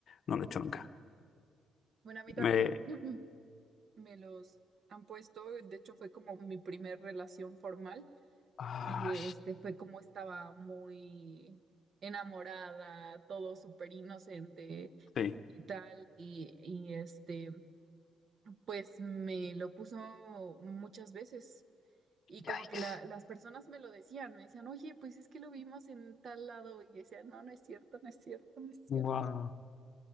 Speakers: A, on the left; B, on the right.
A: No lo he hecho nunca.
B: bueno, a mí también
A: Me...
B: <clears throat> me los han puesto, de hecho fue como mi primer relación formal
A: Ah,
B: y este fue como estaba muy enamorada, todo súper inocente
A: sí.
B: y tal, y, y este, pues me lo puso muchas veces y como
A: Yikes.
B: que la- las personas me lo decían, me decían, oye, pues es que lo vimos en tal lado y yo decía, no, no es cierto, no es cierto, no es cierto.
A: Wow.